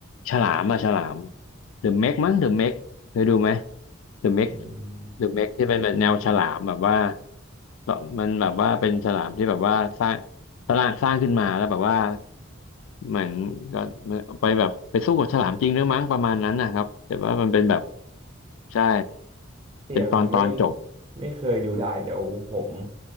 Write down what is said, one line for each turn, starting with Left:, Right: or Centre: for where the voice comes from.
Left: ฉลามอะฉลาม The Meg มั้ง The Meg เคยดูไหม The Meg
Right: อืม
Left: The Meg ที่เป็นแบบแนวฉลามแบบว่าต่อมันแบบว่าเป็นฉลามที่แบบว่าสร้างสร้างสร้างขึ้นมาแล้วแบบว่าเหมือนก็ไปแบบไปสู้กับฉลามจริงด้ือมั้งประมาณนั้นนะครับแต่ว่ามันเป็นแบบใช่
Right: ที่ยังไม่
Left: เป็นตอนตอนจบ
Right: ไม่เคยดูได้เดี๋ยวผม